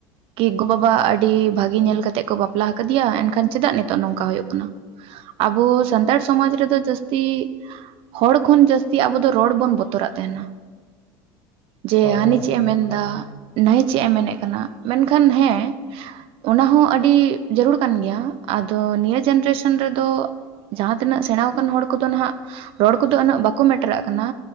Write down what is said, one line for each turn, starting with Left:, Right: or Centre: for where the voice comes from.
Right: ᱠᱤ ᱜᱚ ᱵᱟᱵᱟ ᱟᱹᱰᱤ ᱵᱷᱟᱜᱤ ᱧᱮᱞ ᱠᱟᱛᱮᱫ ᱠᱚ ᱵᱟᱯᱞᱟ ᱟᱠᱟᱫᱮᱭᱟ ᱮᱱᱠᱷᱟᱱ ᱪᱮᱫᱟᱜ ᱱᱤᱛᱚᱜ ᱱᱚᱝᱠᱟ ᱦᱩᱭᱩᱜ ᱠᱟᱱᱟ ᱟᱵᱚ ᱥᱟᱱᱛᱟᱲ ᱥᱚᱢᱟᱡᱽ ᱨᱮᱫᱚ ᱡᱟᱹᱥᱛᱤ ᱠᱤ ᱦᱚᱲ ᱠᱷᱚᱱ ᱡᱟᱹᱥᱛᱤ ᱟᱵᱚ ᱫᱚ ᱨᱚᱲ ᱵᱚᱱ ᱵᱚᱛᱚᱨᱟᱜ ᱛᱟᱦᱮᱱᱟ ᱡᱮ
Left: ᱦᱳᱭ
Right: ᱦᱟᱹᱱᱤ
Left: ᱦᱳᱭ
Right: ᱪᱮᱫ
Left: ᱚᱱᱟ
Right: ᱮ ᱢᱮᱱᱫᱟ
Left: ᱢᱟ ᱠᱟᱱ ᱜᱮ
Right: ᱱᱟᱭ ᱪᱮᱫ ᱮ ᱢᱮᱱᱮᱫ ᱠᱟᱱᱟ ᱢᱮᱱᱠᱷᱟᱱ ᱦᱮᱸ ᱚᱱᱟᱦᱚᱸ ᱟᱹᱰᱤ ᱡᱟᱹᱨᱩᱲ ᱠᱟᱱ ᱜᱮᱭᱟ ᱟᱫᱚ ᱱᱤᱭᱟᱹ ᱡᱮᱱᱟᱨᱮᱥᱚᱱ ᱨᱮᱫᱚ ᱡᱟᱦᱟᱸᱛᱤᱱᱟᱹᱜ ᱥᱮᱬᱟ ᱟᱠᱟᱱ ᱦᱚᱲ ᱠᱚᱫᱚ ᱦᱟᱜ ᱨᱚᱲ ᱠᱚᱫᱚ ᱩᱱᱟᱹᱜ ᱵᱟᱠᱚ ᱢᱮᱴᱮᱨᱟᱜ ᱠᱟᱱᱟ